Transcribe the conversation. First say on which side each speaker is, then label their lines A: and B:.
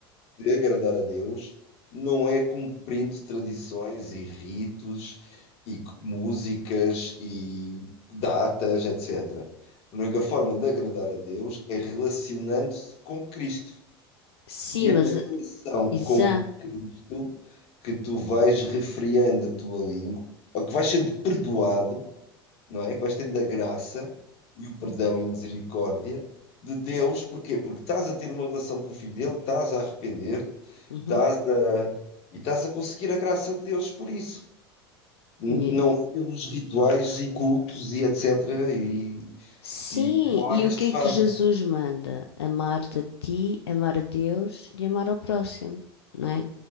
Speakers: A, on the left; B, on the left.
A: de agradar a Deus não é cumprindo tradições e ritos e c- músicas e datas, etc. A única forma de agradar a Deus é relacionando-se com Cristo.
B: Sim,
A: E
B: mas
A: é na relação
B: exato.
A: com Cristo que tu vais refriando a tua língua, ou que vais sendo perdoado não é? Que vais tendo a graça e o perdão e a misericórdia de Deus, porquê? Porque estás a ter uma relação com o filho dele, estás a arrepender-te,
B: Uhum.
A: estás a... e estás a conseguir a graça de Deus por isso. N-
B: Yeah.
A: Não é pelos rituais e cultos e etc. e,
B: Sim,
A: e cerimónias
B: e o que
A: que se
B: é
A: fazem.
B: que Jesus manda? Amar-te a ti, amar a Deus e amar ao próximo, não é?